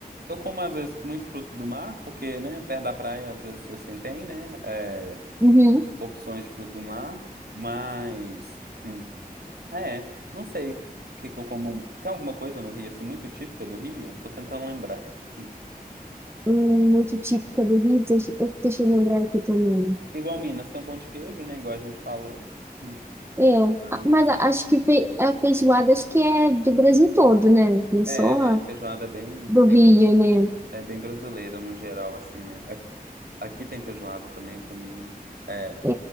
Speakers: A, on the right; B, on the right.
A: eu como às vezes muito fruto do mar, porque, né, perto da praia às vezes assim tem, né, é,
B: uhum.
A: opções de fruto do mar, mas hum, É, não sei o que que eu como. Tem alguma coisa no Rio, assim, muito típica do Rio? Tô tentando lembrar. <laughs> Hum.
B: Um outro típico do Rio, deixa, eu- deixa eu lembrar aqui também.
A: Igual Minas, tem um pão de queijo, né? Igual a gente falou. Hum.
B: Eu,
A: Mas,
B: a- mas a- acho que fe, a feijoada acho que é do Brasil todo, né? Não é
A: é,
B: só
A: é, feijoada é bem,
B: do
A: bem-
B: Rio, né?
A: é bem brasileira no geral, assim, né? A- Aqui tem feijoada também, eu comi. É,
B: É,